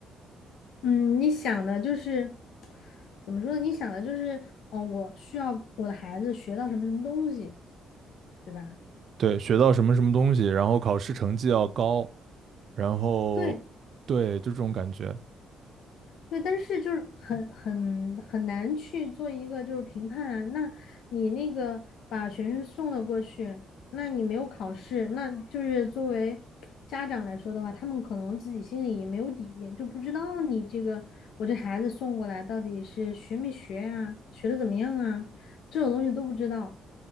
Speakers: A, on the left; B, on the right.
A: 嗯，你想的就是怎么说呢？你想的就是，嗯，我需要我的孩子学到什么什么东西，对吧？
B: 对，学到什么什么东西，然后考试成绩要高，然后对，
A: 对
B: 就这种感觉。
A: 对，但是就是很很很难去做一个就是评判啊。那你那个把学生送了过去，那你没有考试，那就是作为家长来说的话，他们可能自己心里也没有底，就不知道你这个我这孩子送过来到底是学没学啊，学的怎么样啊，这种东西都不知道。